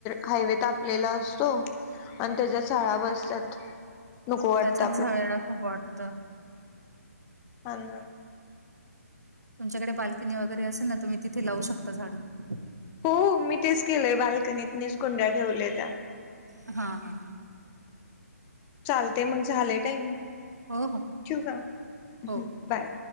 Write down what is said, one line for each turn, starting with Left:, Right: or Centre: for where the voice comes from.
Left: हायवे तापलेला असतो आणि त्याळा बसतात नको वाटतं
Right: त्याच्यात झळयला खूप वाटतं
Left: अना
Right: तुमच्याकडे बाल्कनी वगैरे असेल ना तुम्ही तिथे लावू शकता झाडं
Left: हो मी तेच गेलोय बाल्कनीत मीच कुंड्या ठेवल्या त्या
Right: हा हा.
Left: चालते मग झालंय टाय मी
Right: हो हो
Left: ठू का मग
Right: हो.
Left: बाय